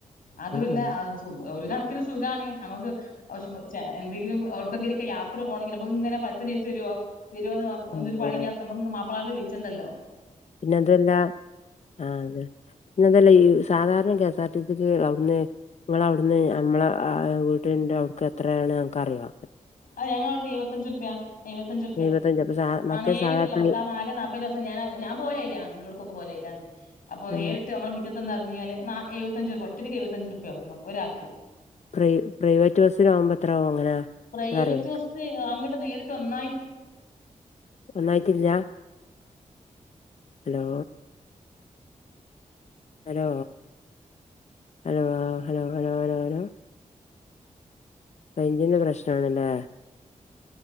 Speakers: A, on the left; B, on the left.
A: അതൂല്ല
B: ആഹ് ആഹ്
A: അഹ് സുഖ ഒരു കണക്കിന് സുഖാണ് നമക്ക് ആവശ്യംപോൽ <unintelligible> എന്തെങ്കിലും ഓട്ക്കെങ്കിലും ഒക്കെ യാത്ര പോണെങ്കിൽ നമക്ക് ഇങ്ങനെ ബസ്സിന് പൈസ തരോ തരോ ഒന്ന്
B: ആഹ്
A: ഒരു പണി ഇല്ലാത്ത നമ്മക്ക് മാ ഇപ്പാനോട് ചോയിച്ചണ്ടല്ലോ
B: പിന്നെ അതു അല്ല, ആ ഇ പിന്നെ അതല്ല ഈ സാധാരണ കെ എസ് ആർ ടി സിക്ക് അവിട്ന്ന് ഇങ്ങള അവിടുന്ന് നമ്മളെ ആഹ് ഇഹ് വീടിന്റെ അവുട്ക്ക് എത്രയാണ് അനക്ക് അറിയോ?
A: അത് ഞങ്ങള അവിട്ന്ന് എഴുവത്തഞ്ച് ഉർപ്പിയ, എഴുവത്തഞ്ച് ഉർപ്പിയ
B: എഴുപത്തഞ്ച് അപ്പൊ സാ
A: ആ
B: മറ്റേ
A: നേരിട്ട്ള്ള
B: സാധാ പ്രൈ
A: ബസ്സ് ആ നാലെ നാപ്പ പ്പയിന്റെ ബസ്സ്‌ ഞാന്, ഞാൻ പോവല് അയിലാണ് ഇന്റോട്ക്കൊക്കെ പോവല് അയിലാണ് അപ്പൊ നേരിട്ട്
B: ആ,
A: ഞമ്മളെ മി റ്റത്ത് ഇറങ്ങിയല് നാ എഴവത്തഞ്ച് ഉർപ്പിയ ഒറ്റടിയ്ക്ക് എഴുവത്തഞ്ച് ഉർപ്പിയ ആവൊള്ളൂ ഒരാക്ക്.
B: പ്രൈ പ്രൈവറ്റ് ബസ്സിനാവുമ്പോ എത്രാവു അങ്ങനെ
A: പ്രൈവറ്റ്
B: അതറിയോ
A: ബസ്സ്ന് അങ്ങട്ട് നേരിട്ട് ഒന്നായി
B: ഒന്നായിട്ടില്ല. Hello hello hello hello hello hello റൈഞ്ചിന്റെ പ്രശ്ന ആണ്ല്ലേ